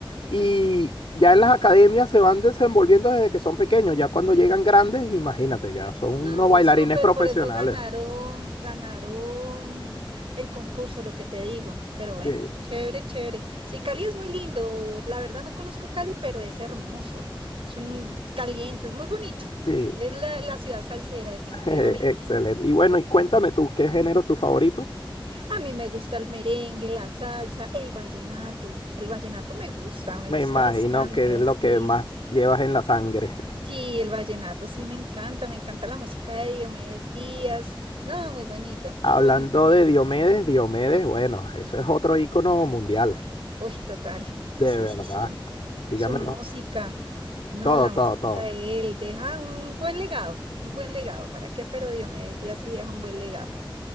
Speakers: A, on the left; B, on the right.
A: Y ya en las academias se van desenvolviendo desde que son pequeños, ya cuando llegan grandes, imagínate, ya son
B: No,
A: unos bailarines
B: súper,
A: profesionales.
B: por eso ganaron, ganaron el concurso, lo que te digo. Pero bueno,
A: Sí,
B: chévere, chévere. Sí, Cali es muy lindo. La verdad no conozco Cali, pero es hermoso. Es un caliente, es muy bonito.
A: sí,
B: Es la, la ciudad salsera, definitivamente.
A: <laughs> excelente. Y bueno, y cuéntame tú, ¿qué género es tu favorito?
B: A mí me gusta el merengue, la salsa, el vallenato. El vallenato me gusta, me
A: Me
B: gusta
A: imagino
B: bastante.
A: que es lo
B: Sí,
A: que más
B: sí, sí.
A: llevas en la sangre.
B: Sí, el vallenato sí me encanta, me encanta la música de Diomedes Díaz. No, muy bonito,
A: Hablando
B: muy bonito.
A: de Diomedes, Diomedes, bueno, eso es otro ícono mundial,
B: Uy, total.
A: de
B: Sí,
A: verdad.
B: sí, sí.
A: Dígamelo,
B: Su música. No,
A: todo,
B: la
A: todo,
B: música
A: todo.
B: de él deja un buen legado, un buen legado. ¿Para qué? Pero Diomedes Díaz sí deja un buen legado.